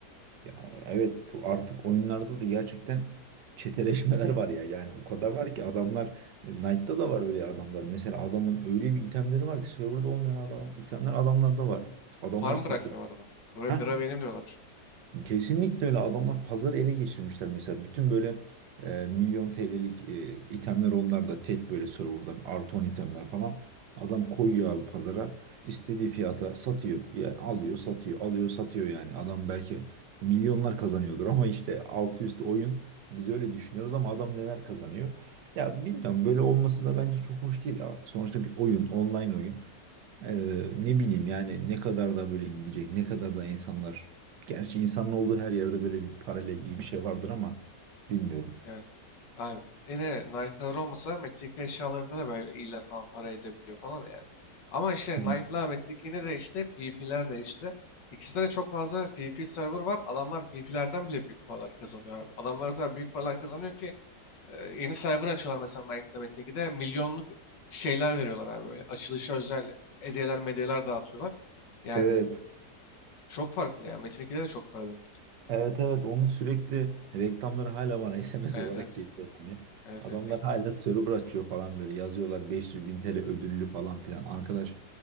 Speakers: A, on the right; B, on the left.
A: Ya evet bu artık oyunlarda da gerçekten çeteleşmeler var ya. Yani o kadar var ki adamlar e, Knight'ta da var öyle adamlar. Mesela adamın öyle bir itemleri var ki serverda olmayan adam itemler adamlarda var. Adamlar
B: Farm
A: satıyor.
B: bırakmıyorlar adamlar. Bura,
A: Heh,
B: bira benim diyorlar.
A: Kesinlikle öyle adamlar pazarı ele geçirmişler mesela bütün böyle e, milyon TL'lik e, itemler onlar da tek böyle serverda artı 10 itemler falan adam koyuyor abi pazara istediği fiyata satıyor yani alıyor satıyor alıyor satıyor yani adam belki milyonlar kazanıyordur ama işte altı üstü oyun biz öyle düşünüyoruz ama adam neler kazanıyor ya bilmiyorum böyle olması da bence çok hoş değil sonuçta bir oyun online oyun ee, ne bileyim yani ne kadar da böyle gidecek, ne kadar da insanlar. Gerçi insanın olduğu her yerde böyle bir parayla ilgili bir şey vardır ama bilmiyorum.
B: Yani. Abi yine Nike'lar olmasa Metin 2 eşyalarında da böyle iyiler falan para edebiliyor falan yani. Ama işte
A: Hı.
B: Nike'la Metin 2 yine de işte P de değişti. İkisinde de çok fazla P P server var. Adamlar P PvP'lerden bile büyük paralar kazanıyor abi. Adamlar o kadar büyük paralar kazanıyor ki e, yeni server açıyorlar mesela Nike'la Metin 2'de milyonluk şeyler veriyorlar abi böyle. Açılışa özel hediyeler medyeler dağıtıyorlar. Yani
A: Evet,
B: çok farklı ya. Metin 2'de de çok para dönüyordu.
A: evet, evet. Onun sürekli reklamları hala bana <laughs> SMS
B: Evet
A: olarak
B: evet.
A: geliyor yani.
B: Evet
A: Adamlar
B: evet geliyor.
A: hala server açıyor falan böyle yazıyorlar 500 bin TL ödüllü falan filan. Arkadaş